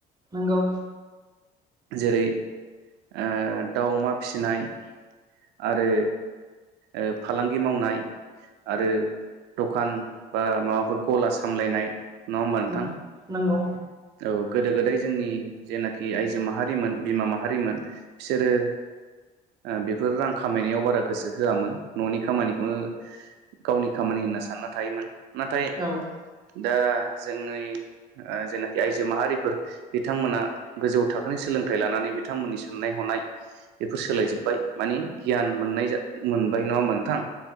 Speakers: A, on the right; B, on the right.
A: नोंगौ
B: जेरै ओ दाउ अमा फिसिनाय आरो ओ फालांगि मावनाय आरो दखान बा माबाफोर गला सामलायनाय नङा होमबा नोंथां
A: नंगौ नंगौ
B: औ गोदो गोदाय जोंनि जेनाखि आइजो माहारिमोन बिमा माहारिमोन बिसोरो ओ बेफोर रां खामायनायाव बारा गोसो होआमोन ननि खामानिखौनो गावनि खामानि होनना सानना थायोमोन नाथाय
A: औ
B: दा जोंयै ओ जेननाखि आइजो माहारिफोर बिथांमोना गोजौ थाखोनि सोलोंथाइ लानानै बिथांमोननि साननाय हनाय बेफोर सोलायजोबबाय मानि गियान मोननाय मोनबाय नङा होनबा नोंथां।